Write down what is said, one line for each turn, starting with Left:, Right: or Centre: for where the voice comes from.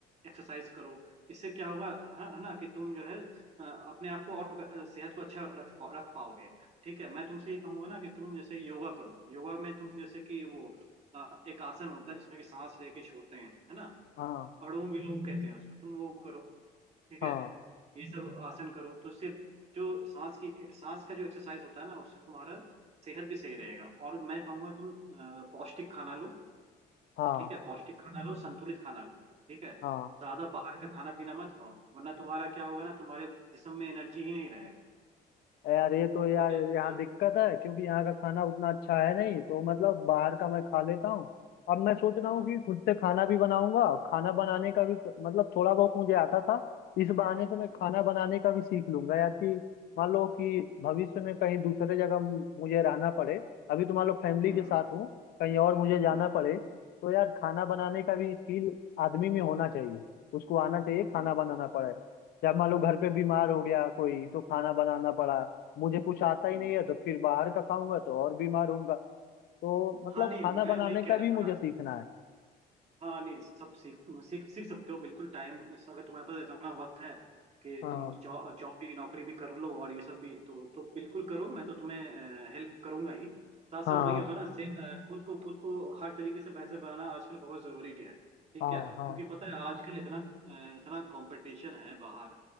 Right: एक्सरसाइज करो इससे क्या होगा है है ना कि तुम जो है अ, अपने आप को और ब- अ, सेहत को अच्छा रख पा- रख पाओगे ठीक है मैं तुमसे ये कहूंगा ना कि तुम जैसे योगा करो योगा में तुम जैसे कि वो अ, एक आसन होता है जिसमें कि सांस लेके छोड़ते हैं है ना
Left: हाँ
Right: अनुलोम विलोम कहते हैं उसको तुम वो करो ठीक
Left: हाँ
Right: है ये सब आसन करो तो उससे जो सांस की सांस का जो एक्सरसाइज होता है ना उससे तुम्हारा सेहत भी सही रहेगा और मैं कहूँगा तुम अ, पौष्टिक खाना लो
Left: हाँ
Right: ठीक है पौष्टिक खाना लो संतुलित खाना लो ठीक है
Left: हाँ
Right: ज्यादा बाहर का खाना पीना मत खाओ वरना तुम्हारा क्या होगा ना तुम्हारे जिस्म में एनर्जी ही नहीं रहेगा
Left: यार ये तो यार
Right: ठीक है
Left: यहाँ
Right: तो
Left: दिक्कत है क्योंकि यहाँ का खाना उतना अच्छा है नहीं तो मतलब बाहर का मैं खा लेता हूँ अब मैं सोच रहा
Right: हम्म
Left: हूँ कि खुद से खाना भी बनाऊंगा खाना बनाने का भी तो, मतलब थोड़ा बहुत मुझे आता था इस बहाने से मैं
Right: हम्म
Left: खाना बनाने का भी सीख लूंगा यार कि मान लो कि भविष्य में कहीं दूसरे जगह मु- मुझे रहना पड़े अभी तो मान लो फैमिली
Right: हम्म
Left: के साथ हूँ कहीं और मुझे जाना
Right: हम्म,
Left: पड़े तो यार खाना बनाने का भी स्किल आदमी में होना चाहिए उसको आना चाहिए खाना
Right: हम्म,
Left: बनाना पड़े या मान लो घर पे बीमार हो गया कोई तो खाना बनाना पड़ा मुझे कुछ आता
Right: हम्म।
Left: ही नहीं है तो फिर बाहर का खाऊंगा तो और बीमार होऊंगा तो मतलब
Right: हाँ नहीं
Left: खाना
Right: मैं
Left: बनाने
Right: वही कह
Left: का
Right: रहा
Left: भी मुझे
Right: था ना
Left: सीखना है
Right: हाँ नहीं सब सीख सीख सीख सकते हो बिल्कुल टाइम अगर तुम्हारे पास इतना वक्त है कि
Left: हाँ
Right: तुम जॉब जॉब भी नौकरी भी कर लो और ये सब भी तो तो बिल्कुल करो मैं तो तुम्हें हेल्प करूंगा ही साथ साथ
Left: हाँ
Right: वही होता है ना से, अ, खुद को खुद को हर तरीके से बेहतर बनाना आजकल बहुत जरूरी है ठीक
Left: हाँ
Right: है
Left: हाँ
Right: क्योंकि पता है आजकल इतना अ, इतना कंपटीशन है बाहर